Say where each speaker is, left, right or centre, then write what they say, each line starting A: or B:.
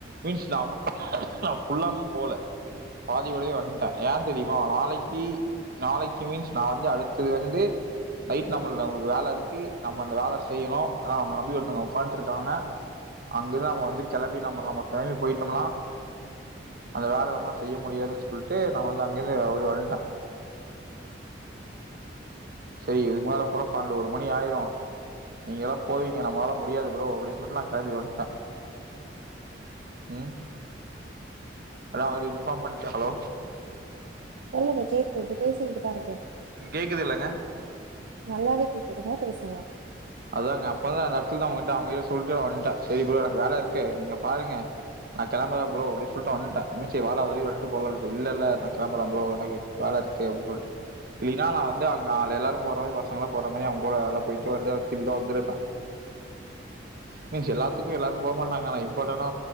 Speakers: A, on the right; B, on the right.
A: மீன்ஸ் நா ஃபுல்லாமு போல பாதியோடயே வந்ட்ட ஏன் தெரியுமா நாளைக்கி நாளைக்கி மீன்ஸ் நா வந்து அடுத்தது வந்து நைட் நம்பளு நம்பளுக்கு வேல இருக்கு நம்ம அந்த வேல செய்யிணு அனா நம்பள நம்பி ஒருத்தங்க உக்கான்ட்டு இருக்காங்க அங்குருந்து நம்ப வந்து கெளம்பி நம்ம நம்ம கெளம்பி போயிட்டம்மன்னா அந்த வேல நம்மனா செய்ய முடியாதுன்னு சொல்ட்டு நா வந்து அங்கிருந்து அப்டி வந்ட்ட செரி இதுக்கு மேல போனா பனெண்டு ஒரு மணி ஆயிரு நீங்கெல்லா போவீங்க நம்பளாலா முடியாது ப்ரோ அப்டின்னு சொல்ட்டு நா கெளம்பி வந்ட்ட ம் அனா அவுங்களுக்கு இன்பார்ம் பண்ட்ட ஹலோ
B: சொல்லுங்க கேக்குது பேசிக்கிட்டுதா இருக்க
A: கேக்குது இல்லைங்க
B: நல்லாவே கேக்குதுங்க பேசுங்க
A: அதாங்க அப்ப தா எல்லார்த்துது அவங்கிட்ட அவங்ககிட்ட சொல்ட்டே நா வந்ட்ட. செரி பு்ரோ எனக்கு வேல இருக்கு நீங்க பாருங்க நா கெளம்பர ப்ரோ அப்டி சொல்ட்டு வந்ட்ட <unintelligible> வாடா வெளி வன்ட்டு போலான்னு சொ இல்லல்ல நா கெளம்பர ப்ரோ எனக்கு வேல இருக்கு அப்டி சொல்ட்டு இல்லீனா நா வந்து அங்க ஆள் எல்லாரு போற <unintelligible> பசங்கல்லா போற மாரி அவங் கூட எல்லா போயிட்டு வந்து இப்டி தொறந்துருப்பா மீன்ஸ் எல்லாத்துக்கு எல்லாரு போ மாட்டாங்க அனா இம்பார்ட்டனா